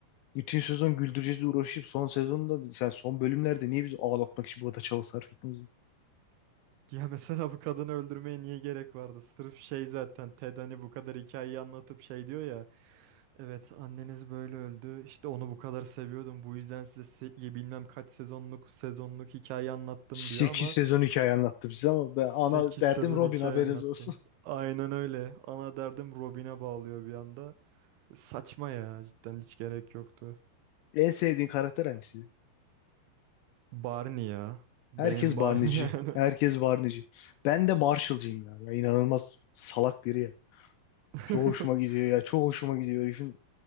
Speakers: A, on the left; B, on the right.
A: Bütün sezon güldüreceğiz diye uğraşıp son sezonda yani son bölümlerde niye bizi ağlatmak için bu kadar çaba sarf ettiğimizi.
B: Ya mesela bu kadını öldürmeye niye gerek vardı? Sırf şey zaten Ted hani bu kadar hikayeyi anlatıp şey diyor ya. Evet anneniz böyle öldü. İşte onu bu kadar seviyordum. Bu yüzden size se- ye- bilmem kaç sezonluk sezonluk hikaye anlattım
A: 8
B: diyor ama
A: sezon hikaye anlattı bize ama ben
B: 8
A: ana derdim
B: sezon
A: Robin
B: hikaye
A: haberiniz
B: anlattım.
A: olsun.
B: Aynen öyle. Ana derdim Robin'e bağlıyor bir anda. Saçma ya cidden hiç gerek yoktu.
A: <laughs> En sevdiğin karakter hangisiydi?
B: Barney ya. Benim
A: Herkes
B: Barney
A: Barney'ci.
B: yani.
A: Herkes Barney'ci. Ben de Marshall'cıyım ya. Ya inanılmaz salak biri ya.
B: <laughs>
A: Çok hoşuma gidiyor ya. Çok hoşuma gidiyor herifin.